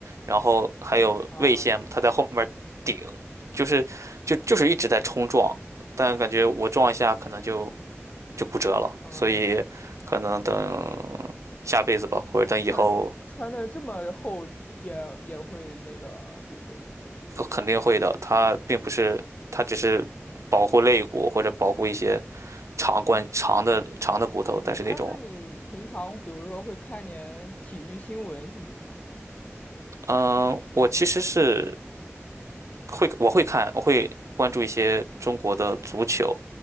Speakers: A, on the right; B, on the left.
A: 然后还有卫线，
B: 啊，
A: 他在后面顶，就是就就是一直在冲撞，但感觉我撞一下可能就就骨折了，
B: 嗯，
A: 所以可能等下辈子吧，或者等以后
B: 穿穿的这么厚也也会那个骨折。
A: 肯定会的。他并不是，他只是保护肋骨或者保护一些长关长的长的骨头，但是那种，
B: 哎，那你平常比如说会看点体育新闻什么的吗？
A: 嗯，我其实是会我会看，我会关注一些中国的足球，